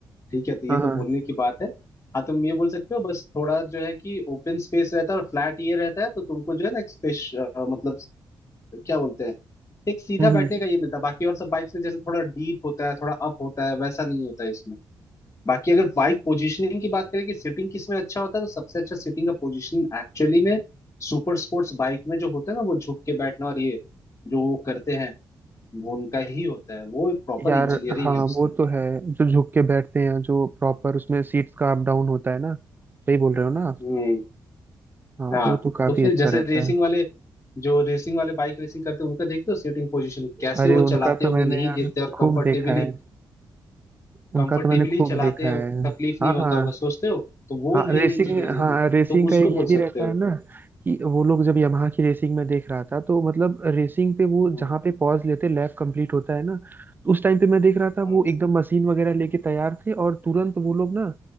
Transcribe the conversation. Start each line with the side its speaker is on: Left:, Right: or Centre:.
Left: ठीक है तो ये
Right: हाँ
Left: तो
Right: हाँ
Left: बोलने की बात है हाँ तुम ये बोल सकते हो बस थोड़ा जो है कि ओपन स्पेस रहता है और फ्लैट ये रहता है तो तुमको जो है ना एक स्पेस मतलब क्या बोलते हैं एक सीधा
Right: हम्म
Left: बैठने
Right: हम्म।
Left: का ये मिलता है बाकी और सब बाइक्स में जैसे थोड़ा डीप होता है थोड़ा अप होता है वैसा नहीं होता है इसमें बाकी अगर बाइक पोजीशनिंग की बात करें कि सिटिंग किस में अच्छा होता है तो सबसे अच्छा सिटिंग का पोजीशन एक्चुअली में सुपर स्पोर्ट्स बाइक में जो होता है ना वो झुक के बैठना और ये जो वो करते हैं वो उनका ही होता है वो प्रॉपर
Right: यार
Left: इंजीनियरिंग
Right: हाँ
Left: है उसकी
Right: वो तो है जो झुक के बैठते हैं जो प्रॉपर उसमें सीट्स का अप डाउन होता है ना सही बोल रहे हो ना आप?
Left: हम्म
Right: हाँ
Left: हाँ
Right: वो तो काफी
Left: तो फिर
Right: अच्छा
Left: जैसे
Right: रहता
Left: रेसिंग
Right: है
Left: वाले जो रेसिंग वाले बाइक रेसिंग करते हैं उनका देखते हो सीटिंग पोजीशन कैसे
Right: अरे
Left: वो
Right: उनका
Left: चलाते
Right: तो
Left: होंगे
Right: मैंने
Left: नहीं
Right: यार
Left: गिरते और
Right: खूब
Left: कंफर्टेबली
Right: देखा है उनका
Left: कंफर्टेबली
Right: तो मैंने खूब
Left: चलाते
Right: देखा
Left: हैं
Right: है
Left: तकलीफ नहीं
Right: हाँ
Left: होता
Right: हाँ
Left: होगा सोचते हो तो वो
Right: हाँ
Left: रियल
Right: रेसिंग
Left: इंजीनियरिंग
Right: हाँ
Left: है
Right: रेसिंग
Left: तो
Right: का
Left: उसको
Right: एक ये
Left: बोल
Right: भी
Left: सकते
Right: रहता
Left: हो
Right: है ना कि वो लोग जब यमाहा की रेसिंग में देख रहा था तो मतलब रेसिंग पे वो
Left: हम्म,
Right: जहाँ पे पॉज लेते लैप कंप्लीट होता है ना तो उस टाइम पे मैं देख रहा था
Left: हम्म,
Right: वो एकदम मशीन वगैरह लेके तैयार थे और तुरंत वो लोग ना